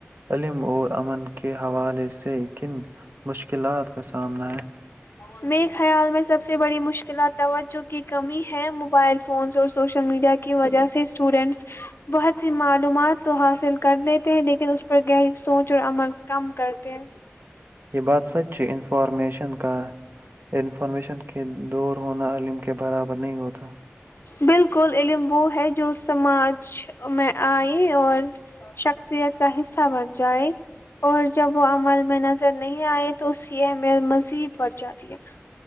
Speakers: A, on the right (about 50°); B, on the left (about 60°).
A: علم اور امن کے حوالے سے کن مشکلات کا سامنا ہے
B: <inaudible>
A: یہ بات سچ ہے انفارمیشن کا انفارمیشن کے دور ہونا علم کے برابر نہیں ہوتا
B: بالکل علم وہ ہے جو سماج میں آئے اور شخصیت کا حصہ بن جائے اور جب وہ عمل میں نظر نہیں آئے تو اس ت م مز سےید برجاتییک <unintelligible>